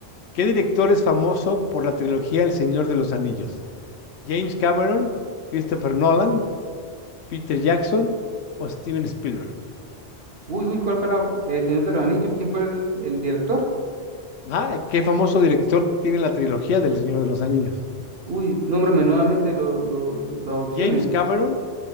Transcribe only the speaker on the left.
¿Qué director es famoso por la trilogía El Señor de los Anillos? ¿James Cameron, Christopher Nolan, Peter Jackson o Steven Spielberg?
Ah, ¿Qué famoso director tiene la trilogía del Señor de los Anillos?
¿James Cameron,